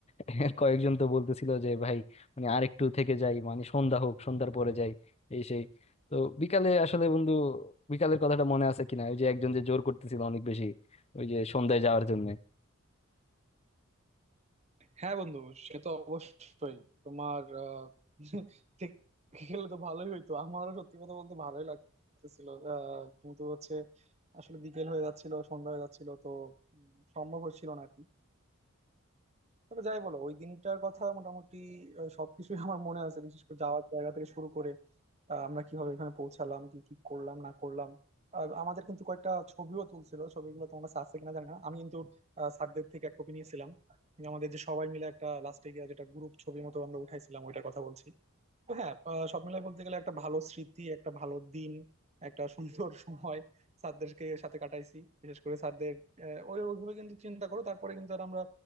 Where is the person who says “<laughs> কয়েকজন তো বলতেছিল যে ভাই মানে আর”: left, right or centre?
Left